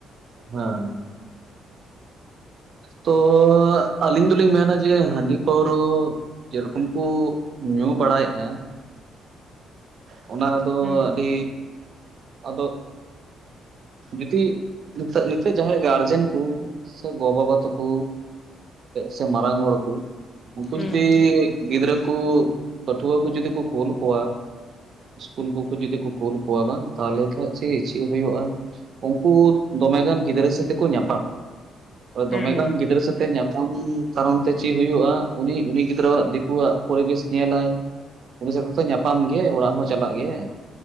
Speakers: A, on the right; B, on the left.
A: ᱦᱮᱸ᱾ ᱛᱚ ᱟᱹᱞᱤᱧ ᱫᱩᱞᱤᱧ ᱢᱮᱱᱟ ᱡᱮ ᱦᱟᱺᱰᱤ ᱯᱟᱹᱣᱨᱟᱹ ᱡᱮᱨᱚᱠᱚᱢ ᱠᱩ ᱧᱩ ᱵᱟᱲᱟᱭᱮᱜᱼᱟ, ᱚᱱᱟ ᱨᱮᱫᱚ
B: ᱦᱩᱸ᱾
A: ᱦᱤᱻ ᱟᱫᱚᱜ ᱡᱩᱫᱤ ᱱᱤᱛᱚᱜ ᱱᱤᱛᱚᱜ ᱡᱟᱦᱟᱸᱭ ᱜᱟᱨᱡᱮᱱ ᱠᱩ ᱥᱮ ᱜᱚ ᱵᱟᱵᱟ ᱛᱟᱠᱳ ᱥᱮ ᱢᱟᱨᱟᱝ ᱦᱚᱲ ᱠᱩ ᱩᱝᱠᱩ
B: ᱦᱩᱸ
A: ᱡᱩᱫᱤ
B: ᱦᱩᱸ
A: ᱜᱤᱫᱽᱨᱟᱹ ᱠᱩ ᱯᱴᱷᱩᱣᱟᱹ ᱠᱩ ᱡᱩᱫᱤ ᱠᱩ ᱠᱳᱞ ᱠᱚᱣᱟ ᱤᱥᱠᱩᱞ ᱠᱚᱠᱚ ᱡᱩᱫᱤ ᱠᱚ ᱠᱳᱞ ᱠᱚᱣᱟ ᱵᱟᱝ ᱛᱟᱦᱞᱮ ᱠᱷᱟᱡ ᱪᱤ ᱪᱤᱫ ᱦᱩᱭᱩᱜᱼᱟ? ᱩᱝᱠᱩ ᱫᱚᱢᱮᱜᱟᱱ ᱜᱤᱫᱽᱨᱟᱹ ᱥᱟᱹᱛᱮᱠᱚ ᱧᱟᱯᱟᱢ
B: ᱦᱩᱸ
A: ᱫᱚᱢᱮ ᱜᱟᱱ ᱜᱤᱫᱽᱨᱟᱹ ᱥᱟᱛᱮ ᱧᱟᱯᱟᱢ ᱠᱟᱨᱚᱱ ᱛᱮ ᱪᱤᱫ ᱦᱩᱭᱩᱜᱼᱟ ᱩᱱᱤ ᱩᱱᱤ ᱜᱤᱫᱽᱨᱟᱹᱣᱟᱜ ᱫᱤᱠᱩᱣᱟᱜ ᱯᱚᱨᱤᱵᱮᱥ ᱧᱮᱞᱟᱭ ᱩᱱᱤ ᱥᱟᱶᱛᱮ ᱧᱟᱯᱟᱢ ᱧᱟᱯᱟᱢ ᱜᱮ ᱚᱲᱟᱜ ᱦᱚᱸ ᱪᱟᱞᱟᱜ ᱜᱮᱭᱟᱭ